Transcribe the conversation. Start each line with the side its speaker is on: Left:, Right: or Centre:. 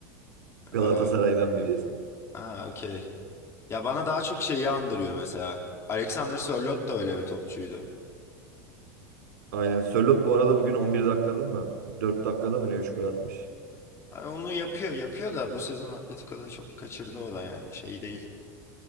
Right: Galatasaray'dan
Left: Ee,
Right: birisi.
Left: ha okey. Ya bana daha çok şeyi andırıyor mesela. Alexander Sörloth da öyle bir topçuydu.
Right: Aynen. Sörloth bu arada bugün 11 dakikada mı? 4 dakikada mı ne 3 gol atmış.
Left: Hani onu yapıyor yapıyor da bu sezon Atletico'da çok kaçırdı o da yani şey değil.